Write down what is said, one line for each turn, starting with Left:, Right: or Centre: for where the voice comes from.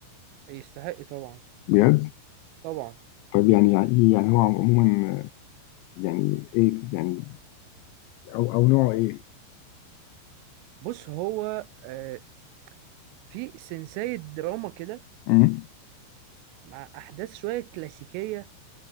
Right: يستحق طبعا
Left: بجد؟
Right: طبعا
Left: طب يعني يعني إيه؟ يعني هو عموما يعني إيه يعني أو أو نوعه إيه؟
Right: بص هو آه في سنساية دراما كده
Left: أمم.
Right: مع أحداث شوية كلاسيكية